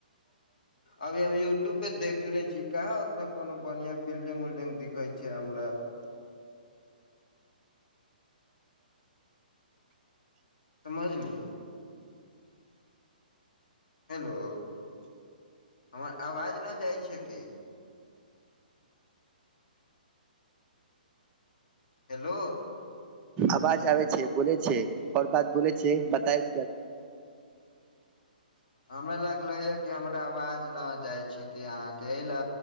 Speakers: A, on the left; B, on the right.
A: अभी हम यूट्यूब पे देखले छी। क उतना कोनो बढ़िया बिल्डिंग उल्डिंग दिखै छै हमरा। समझली हेलो हमर आवाज नहि जाइ छै की। हेलो।
B: आवाज आबै छै बोले छै आओर बात बोले छै बताय।
A: हमरा लगले य कि हमरा आवाज न जाइ छै कि अहाँ के ल